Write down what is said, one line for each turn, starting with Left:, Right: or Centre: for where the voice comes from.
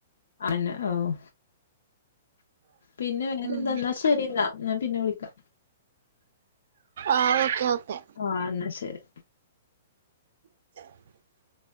Left: ആ നെന്നെ ഓഹ് പിന്നെ വേറെന്താന്നാ
Right: ഉം
Left: ശ രി ന്നാ ഞാൻ പിന്നെ വിളിക്കാ
Right: ആഹ് ഓക്കേ ഓക്കെ
Left: ആഹ് ന്നാശരി
Right: <inaudible>